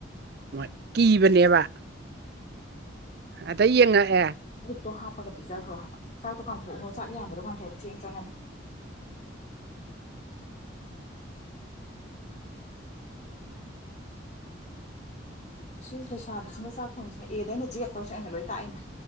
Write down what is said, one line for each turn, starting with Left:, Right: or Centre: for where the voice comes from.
Right: ꯃꯣꯏ ꯀꯤꯕꯅꯦꯕ ꯑꯗꯩ ꯌꯦꯡꯉꯛꯑꯦ
Left: ꯇꯣ ꯍꯥꯞꯄꯒ ꯄꯤꯖꯈ꯭ꯔꯣ ꯍꯥꯏꯕ ꯆꯥꯛꯇꯣ ꯀꯥꯝꯊꯣꯛꯎꯑꯣꯣ ꯆꯥꯛ ꯌꯥꯝꯕꯗꯣ ꯀꯥꯝꯊꯣꯛꯑ ꯆꯦꯡ ꯆꯪꯉꯅꯤ
Right: <inaudible>
Left: ꯁꯤꯁꯤꯡ ꯂꯩꯁꯥꯕꯤꯁꯤꯅ ꯆꯥꯛ ꯊꯣꯡꯤꯁꯤꯅ ꯑꯦꯗ ꯑꯩꯅ ꯌꯦꯠꯄꯧꯁꯨ ꯑꯩꯅ ꯂꯣꯏ ꯇꯥꯛꯏꯅꯦ